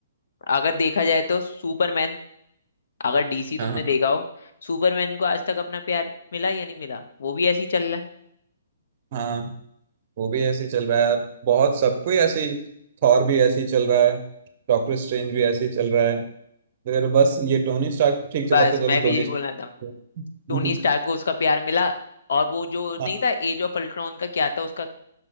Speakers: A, on the left (about 65°); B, on the right (about 40°).
A: अगर देखा जाए तो सुपरमैन अगर डीसी तुमने
B: हाँ हाँ
A: देखा हो सुपरमैन को आज तक अपना प्यार मिला या नहीं मिला वो भी ऐसे ही चल रहा है
B: हाँ वो भी ऐसे ही चल रहा है यार बहुत सबको ही ऐसे ही थॉर भी ऐसे ही चल रहा है डॉक्टर स्ट्रेंज भी ऐसे ही चल रहा है फिर बस ये टोनी स्टार्क ठीक चला
A: बस
B: था
A: मैं
B: तो
A: भी
B: टोनी
A: यही बोलना था
B: <laughs>
A: टोनी स्टार्क को उसका प्यार मिला और वो जो नहीं
B: हाँ
A: था एज ऑफ अल्ट्रॉन का क्या था उसका